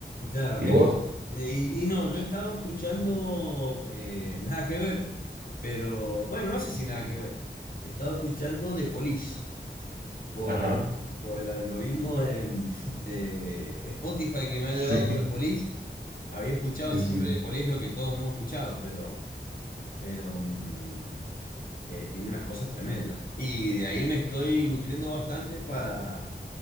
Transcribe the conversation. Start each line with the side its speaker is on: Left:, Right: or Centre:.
Left: claro.
Right: ¿Y
Left: es-
Right: vos?
Left: y, y no, yo he estado escuchando eh, nada que ver, pero bueno, no sé si nada que ver. He estado escuchando The Police por,
Right: Ajá,
Left: por el algoritmo de, de Spotify que me ha llevado
Right: sí, <laughs>
Left: The Police. Había escuchado
Right: sí,
Left: siempre
Right: sí.
Left: The Police lo que todos hemos escuchado, pero... pero mm, eh, tiene unas cosas tremendas. Y de ahí me estoy nutriendo bastante para,